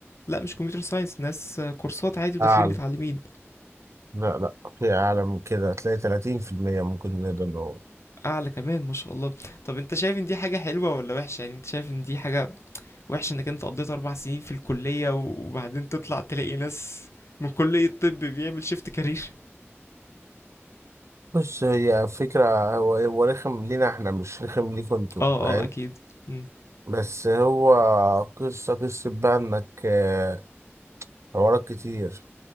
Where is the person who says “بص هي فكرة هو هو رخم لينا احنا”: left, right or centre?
Right